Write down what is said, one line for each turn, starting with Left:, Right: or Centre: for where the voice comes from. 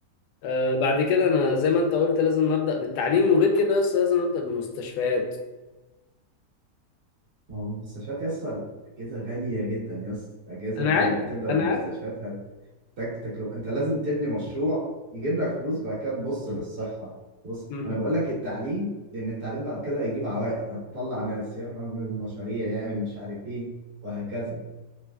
Left: آه بعد كده انا زي ما انت قلت لازم ابدا بالتعليم وغير كده بس لازم ابدا بالمستشفيات
Right: ما هو المستشفيات يا اسطى الاجهزه غاليه جدا يا اسطى الاجهزه
Left: انا
Right: غاليه
Left: عارف
Right: هتبدا بالمستشفيات
Left: انا عارف
Right: هتحتاج تكلفه انت لازم تبني مشروع يجيب لك فلوس بعد كده تبص للصحه بص
Left: مم.
Right: انا بقول لك التعليم لان التعليم بعد كده هيجيب عوائد هتطلع ناس يعمل مشاريع يعمل مش عارف ايه وهكذا